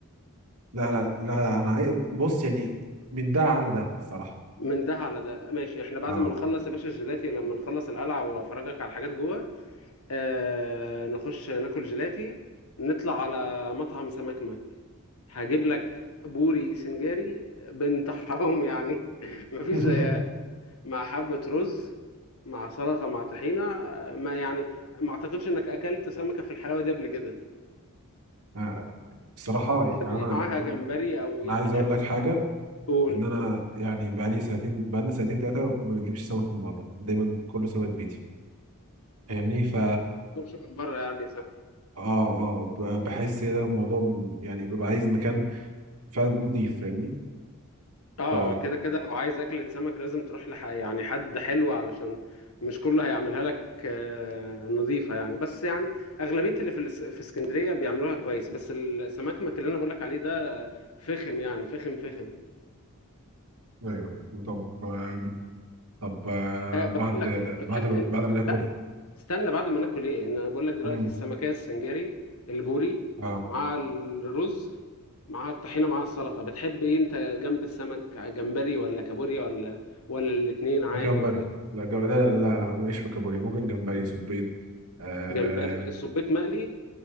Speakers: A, on the right; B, on the left.
A: لا لا لا لا انا عايز بص يعني من ده على ده الصراحه
B: من ده على ده ماشي احنا بعد
A: اه
B: ما نخلص يا باشا الجيلاتي لما نخلص القلعه وافرجك على الحاجات جوه آه نخش ناكل جيلاتي نطلع على مطعم سمك مك هجيب لك بوري سنجاري بنت حرام يعني <laughs> مفيش
A: <laughs>
B: زيها مع حبة رز مع سلطة مع طحينة آه، ما يعني ما اعتقدش انك اكلت سمكة في الحلاوة دي قبل كده
A: آه، الصراحه
B: بتحب
A: يعني
B: ايه
A: انا
B: معاها جمبري او يعني
A: عايز
B: بتحب
A: اقول لك حاجه
B: قول
A: ان انا يعني بقالي ساعتين بقالي ساعتين ثلاثه ما بجيبش سمك من بره دايما كله سمك بيتي فاهمني ف
B: ما تطلبش من بره يعني سمك
A: اه اه ب- بحس كده الموضوع م- يعني ببقى عايز مكان فعلا نظيف فاهمني
B: اه
A: ف
B: هو كده كده لو عايز اكلة سمك لازم تروح لح يعني حد حلو علشان مش كله هيعملها لك آه، نظيفة يعني بس يعني اغلبية اللي في الاس- في اسكندرية بيعملوها كويس بس السمك اللي انا بقول لك عليه ده آه، فخم يعني فخم فخم
A: ايوه طب آم، طب آه،
B: أه بقول
A: بعد
B: لك انت بتحب
A: بعد بعد
B: انت
A: ما ناكل
B: استنى بعد ما ناكل ايه ان انا بقول لك دلوقتي
A: مم،
B: السمكية السنجاري البوري
A: اه
B: مع الرز مع الطحينة مع السلطة بتحب ايه انت جنب السمك جمبري ولا كابوريا ولا ولا الاتنين عادي
A: جمبري
B: ولا
A: لا جم... لا لا لا، ماليش في كابوريا ممكن جمبري صبيط اه
B: جمبري الصبيط مقلي